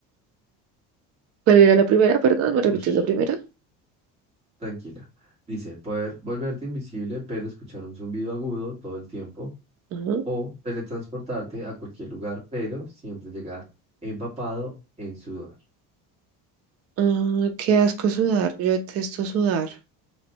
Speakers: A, on the right; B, on the right.
A: ¿Cuál era la primera? Perdón, ¿me repites
B: Ush.
A: la primera?
B: Tranquila. Dice, poder volverte invisible, pero escuchar un zumbido agudo todo el tiempo,
A: Ajá.
B: o teletransportarte a cualquier lugar, pero siempre llegar empapado en sudor.
A: Ah, qué asco sudar. Yo detesto sudar.